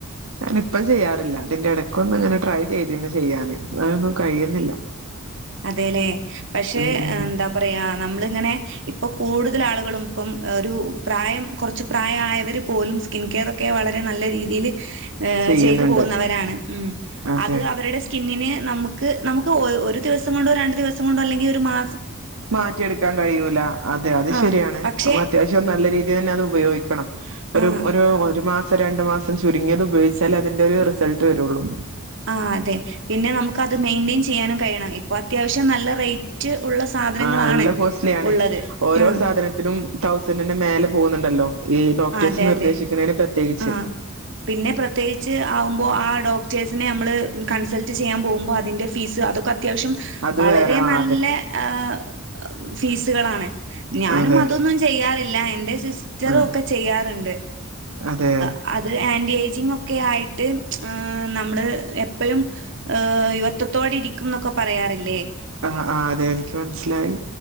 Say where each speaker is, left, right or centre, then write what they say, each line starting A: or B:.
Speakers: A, on the right; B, on the right.
A: എപ്പൊഴും ചെയ്യാറില്ല ഇതിന്റെ എടക്കൊന്നു ഇങ്ങനെ ട്രൈ ചെയ്തീന് ചെയ്യാന് അതൊന്നും കഴിയുന്നില്ല
B: അതേലെ പക്ഷേ
A: ഉം ഉം
B: എന്താ പറയാ നമ്മളിങ്ങനെ ഇപ്പൊ കൂടുതൽ ആളുകളും ഇപ്പം ഒരു പ്രായം കുറച്ച് പ്രായായവര് പോലും സ്കിൻകെയറൊക്കെ വളരെ നല്ല രീതീല് ഏഹ്
A: ചെയ്യുന്നുണ്ട്
B: ചെയ്തു പോകുന്നവരാണ് ഉം
A: അതെ
B: അത് അവരുടെ സ്കിന്നിന് നമുക്ക് നമുക്ക് ഒ ഒരു ദിവസം കൊണ്ടോ രണ്ട് ദിവസം കൊണ്ടോ അല്ലെങ്കി ഒരു മാ
A: മാറ്റിയെടുക്കാൻ കഴിയൂല്ല അതെ അത്
B: ആഹ്
A: ശെരിയാണ്
B: പക്ഷെ
A: നമ്മ അത്യാവശ്യം നല്ല രീ തിയന്നെ അത്‌ ഉപയോഗിക്കണം ഒര്
B: ആഹ്
A: ഒരു ഒരു മാ സം രണ്ടു മാസം ചുരുങ്ങിയത് ഉപയോഗിച്ചാലെ അതിന്റെരു റിസൾട്ട് വരുള്ളു
B: ആഹ് അതെ പിന്നെ നമുക്ക് അത് മെയിന്റെയിൻ ചെയ്യാനും കഴിയണം ഇപ്പൊ അത്യാവശ്യം നല്ല റേറ്റ് ഉള്ള സാധനങ്ങളാണ്
A: ആഹ് നല്ല കോസ്റ്റ്ലി ആണ്
B: ഉള്ളത്.
A: ഓരോ
B: ആഹ്
A: സാധന ത്തിനും തൗസൻഡിന്റെ മേലെ പോകുന്നുണ്ടല്ലോ ഈ ഡോക്ടേഴ്സ്
B: ആ അതെ
A: നിർദേശിക്കണേന്
B: അതെ
A: പ്രത്യേകിച്ച്
B: ആ പിന്നെ പ്രത്യേകിച്ച് ആകുമ്പോ ആ ഡോക്ടേഴ്സിനെ നമ്മള് കൺസൾട്ട് ചെയ്യാൻ പോകുമ്പോ അതിൻന്റെ ഫീസ് അതൊക്കെ അ ത്യാവശ്യം
A: അത്
B: വളരെ
A: വേറെ ആ
B: നല്ല
A: അതെ
B: ആഹ് ഫീസുകളാണ് ഞാനും
A: അതെ
B: അതൊന്നും ചെയ്യാറില്ല എന്റെ സിസ്റ്ററും
A: ആ
B: ഒക്കെ ചെയ്യാറിണ്ട്
A: അതെ
B: ആ അത് ആന്റി ഏജിങ്ങൊക്കെ ആയിട്ട് ഏഹ് നമ്മള് എപ്പഴും ഏഹ് യുവത്വത്തോടെ ഇരിക്കുംന്നൊക്കെ പറയാറില്ലേ
A: ആഹ് ആഹ് അതേ എനിക്ക് മനസ്സിലായി